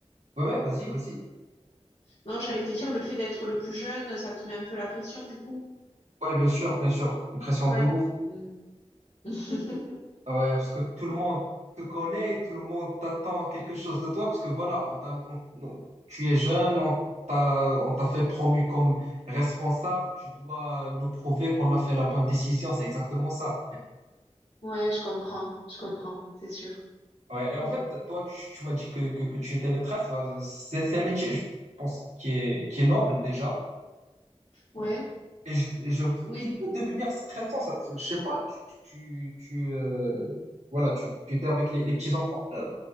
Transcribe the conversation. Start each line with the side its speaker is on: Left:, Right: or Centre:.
Right: Ouais, ouais, vas-y, vas-y.
Left: non, j'allais te dire, le fait d'être le plus jeune, ça te met un peu la pression, du coup.
Right: Ouais, bien sûr, bien sûr. Une pression
Left: Ouais.
Right: de ouf.
Left: Mhm. <laughs>
Right: Ah Ouais, parce que tout le monde te connaît, tout le monde t'attend quelque chose de toi, parce que voilà, on t'a- on- on- tu es jeune, on t'a, on t'a fait promu comme responsable, tu dois nous prouver qu'on a fait la bonne décision, c'est exactement ça.
Left: Ouais, je comprends, je comprends, c'est sûr.
Right: Ouais, et en
Left: Mm.
Right: fait, toi, tu, tu m'as dit que, que, que tu étais maîtresse, bah, c'est c'est un métier, je pense, qui est, qui est noble déjà,
Left: Ouais,
Right: et, je, et je-
Left: oui,
Right: qui peut devenir stressant, ça, je sais pas, tu, tu, tu, tu, euh, voilà, tu, tu étais avec les, les petits-enfants, euh,